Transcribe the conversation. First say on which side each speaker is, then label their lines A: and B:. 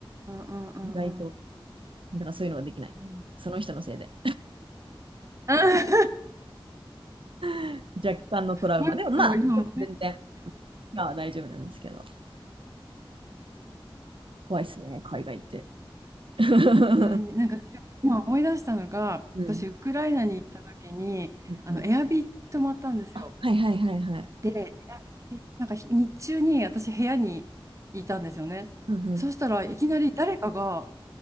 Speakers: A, on the right; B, on the right.
A: うんうんうんう
B: 意外と、なんかそういうのができない。
A: 何
B: その人のせいで。
A: <laughs> なんか
B: <laughs> 若干のトラウマでも、
A: 今思い出し
B: まあ、でも全然、今は大丈夫なんですけど、怖いっすね、海外って。<laughs>
A: たのになんか今思い出したのが、
B: うん。
A: 私、ウクライナに行った時に、
B: うんうん。
A: あの、エアビー泊まったんですよ。
B: あ、はいはいはいはい。
A: で、エアビーなんか日日中に私、部屋にいたんですよね。
B: うんうん。
A: そしたらいきなり誰かが